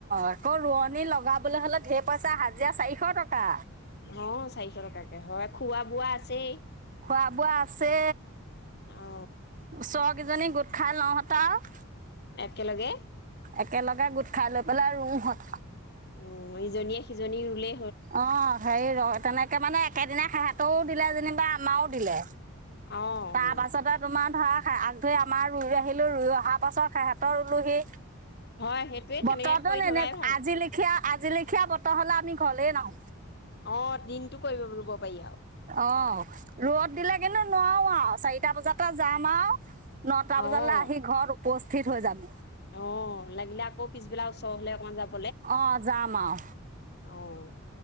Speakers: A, on the right; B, on the left.
A: আকৌ ৰোৱনী লগাবলৈ হলে ধেৰ পইচা হাজিৰা চাৰিশ টকা।
B: অ চাৰিশ টকাকে হয় খোৱা বোৱা আছেই।
A: খোৱা বোৱা আছে।
B: অ
A: ওচৰত কেইজনী গোট খাই লও এটাও -
B: একেলগে-
A: একেলগে গোট খাই লৈ পেলাই ৰু হত
B: উম, ইজনীয়ে সিজনী ৰুলে
A: অ হেৰি ৰ, তেনেকে মানে সেইদিনা সেহেতেও দিলে যেনিবা আমাৰো দিলে।
B: অ
A: তাৰ
B: অ
A: পাছতে তোমাৰ ধৰা আগ ধৰি আমাৰ ৰুই আহিলো ৰুই অহা পাছত সেহতৰ ৰুলো সি
B: হয় সেইটোৱে তেনেকে
A: বতৰটো
B: কৰি
A: ননে
B: থকাই ভাল
A: আজি লেখীয়া আজি লেখীয়া বতৰ হলে আমি থলে নও
B: অ দিনটো কৰিব ৰুব পাৰি আও।
A: অ, ৰ'দ দিলে কিন্তু নোৱাৰো আও। চাৰিটা বজাতে যাম আও। নটা
B: অ
A: বজালৈ আহি ঘৰত উপস্থিত হৈ যাম।
B: অ লাগিলে আকৌ পিছবেলা ওচৰ হলে অকমান যাব।
A: অ যাম আও।
B: অ'